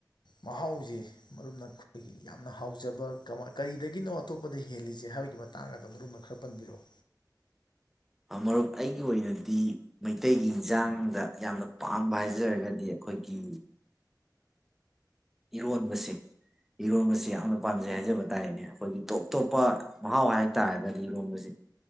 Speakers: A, on the left; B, in the centre.
A: ꯃꯍꯥꯎꯁꯦ ꯃꯔꯨꯞꯅ ꯑꯩꯈꯣꯏꯒꯤ ꯌꯥꯝꯅ ꯍꯥꯎꯖꯕ ꯀꯃ ꯀꯔꯤꯗꯒꯤꯅꯣ ꯑꯇꯣꯞꯄꯗ ꯍꯦꯜꯂꯤꯁꯦ ꯍꯥꯏꯕꯒꯤ ꯃꯇꯥꯡ ꯑꯗꯣ ꯃꯔꯨꯞꯅ ꯈꯔ ꯄꯟꯕꯤꯔꯛꯑꯣ
B: ꯃꯔꯨꯞ ꯑꯩꯒꯤ ꯑꯣꯏꯅꯗꯤ ꯃꯩꯇꯩꯒꯤ ꯏꯟꯖꯥꯡꯗ ꯌꯥꯝꯅ ꯄꯥꯝꯕ ꯍꯥꯏꯖꯔꯒꯗꯤ ꯑꯩꯈꯣꯏꯒꯤ ꯏꯔꯣꯟꯕꯁꯦ ꯏꯔꯣꯟꯕꯁꯦ ꯌꯥꯝꯅ ꯄꯥꯝꯖꯩ ꯍꯥꯏꯖꯕ ꯇꯥꯔꯦꯅꯦ ꯑꯩꯈꯣꯏꯒꯤ ꯇꯣꯞ ꯇꯣꯞꯄ ꯃꯍꯥꯎ ꯍꯥꯏ ꯇꯥꯔꯒꯗꯤ ꯏꯔꯣꯟꯕꯁꯦ